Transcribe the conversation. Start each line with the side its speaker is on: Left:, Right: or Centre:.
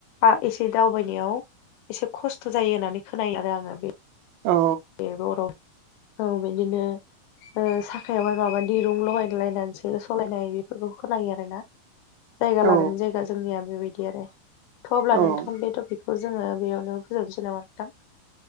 Left: आ एसे दावबायनायाव एसे खस्थ' जायो होननानै खोनायो आरो आङो बे
Right: औ।
Left: बे बर'फ औ बिदिनो ओ साखायावहाय माबा दिरुं लगाय लायनानैसो सलायनाय बेफोरखौ खोनायो आरो ना। जायगा
Right: औ
Left: लानानै जायगा जोंनिया बेबायदि आरो थ' अब्ला
Right: औ
Left: नोंथां बे टपिक खौ जोङो बेयावनो फोजोनोसै नामा नोंथां?